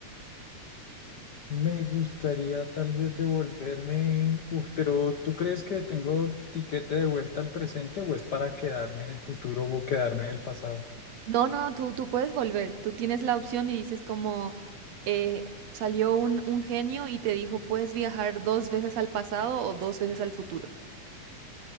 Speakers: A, on the left; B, on the right.
A: Me gustaría tal vez devolverme, uf, pero ¿tú crees que tengo tiquete de vuelta al presente o es para quedarme en el futuro o quedarme en el pasado?
B: No, no, tú, tú puedes volver, tú tienes la opción y dices como eh, salió un, un genio y te dijo, puedes viajar dos veces al pasado o dos veces al futuro.